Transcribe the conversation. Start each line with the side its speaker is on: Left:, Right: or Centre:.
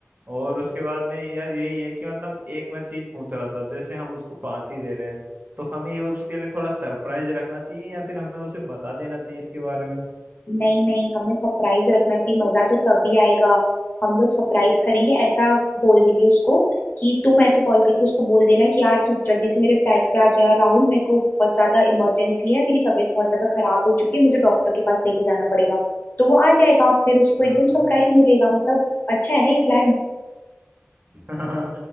Right: और उसके बाद में यार यही है कि मतलब एक मैं चीज पूछ रहा था जैसे हम उसको पार्टी दे रहे हैं तो हमें ये उसके लिए थोड़ा सरप्राइज रखना चाहिए या फिर हमें उसे बता देना चाहिए इसके बारे में
Left: नहीं नहीं हमें सरप्राइज रखना चाहिए मजा तो तभी आएगा हम लोग सरप्राइज करेंगे ऐसा बोल देंगे उसको कि तुम ऐसे कॉल करके उसको बोल देना कि यार तू जल्दी से मेरे फ्लैट पे आ जा यार राहुल मेरे को बहुत ज्यादा इमरजेंसी है मेरी तबीयत बहुत ज्यादा खराब हो चुकी है मुझे डॉक्टर के पास लेके जाना पड़ेगा तो वो आ जाएगा फिर उसको
Right: हाँ
Left: एकदम सरप्राइज मिलेगा मतलब अच्छा है ना ये प्लान
Right: हाँ,